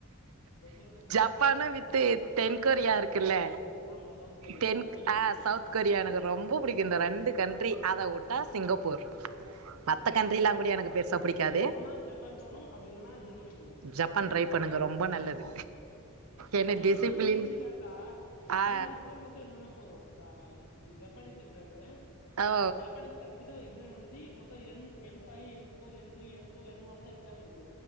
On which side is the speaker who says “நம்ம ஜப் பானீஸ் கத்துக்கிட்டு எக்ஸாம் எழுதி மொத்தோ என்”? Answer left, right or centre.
Left